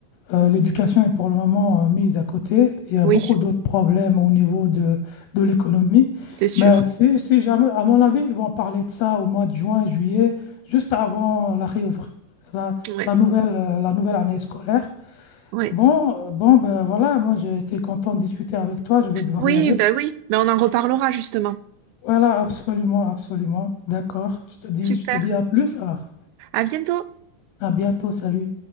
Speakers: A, on the left; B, on the right.
A: Euh, l'éducation est pour le moment euh, mise à côté. Il y a
B: Oui,
A: beaucoup d'autres problèmes au niveau de, de l'économie.
B: c'est sûr.
A: Mais si, si jamais, à mon avis, ils vont parler de ça au mois de juin, juillet, juste avant la, réouvr- la,
B: Ouais,
A: la nouvelle, euh, la nouvelle année scolaire.
B: ouais.
A: Bon, euh, bon, ben voilà, moi j'ai été content de discuter avec toi. Je vais devoir
B: Oui,
A: y aller.
B: ben oui. Mais on en reparlera justement.
A: Voilà, absolument, absolument. D'accord. Je te dis,
B: Super.
A: je te dis à plus alors.
B: À bientôt.
A: À bientôt. Salut.